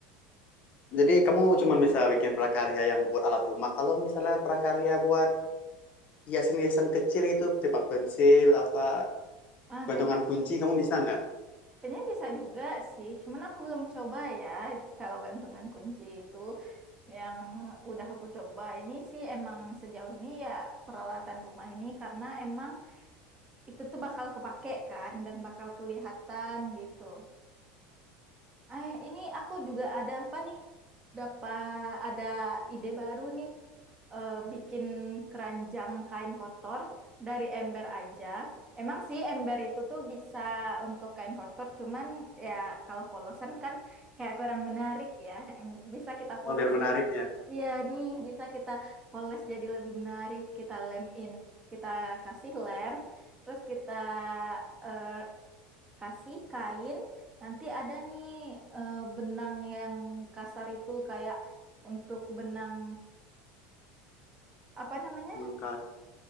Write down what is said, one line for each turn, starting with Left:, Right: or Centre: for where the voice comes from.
Left: jadi kamu cuma bisa bikin prakarya yang buat alat rumah. Kalau misalnya prakarya buat hiasan-hiasan kecil itu tempat pensil apa
Right: Ah,
Left: gantungan
Right: kayaknya
Left: kunci kamu bisa nggak
Right: kayaknya bisa juga sih. Cuman aku belum coba ya kalau gantungan kunci itu. yang udah aku coba ini sih emang sejauh ini ya peralatan rumah ini karena emang itu tuh bakal kepake kan dan bakal kelihatan gitu. Eh, ini aku juga ada apa nih? Dapat ada ide baru nih. eh, bikin keranjang kain kotor dari ember aja. Emang sih ember itu tuh bisa untuk kain kotor, cuman ya kalau polosan kan kayak kurang menarik ya. Bisa kita
Left: apa
Right: poles
Left: biar menarik
Right: jadi,
Left: ya
Right: ya nih bisa kita poles jadi lebih menarik. Kita lem in, kita kasih lem, terus kita eh, kasih kain nanti ada nih eh, benang yang kasar itu kayak untuk benang apa namanya
Left: benang kas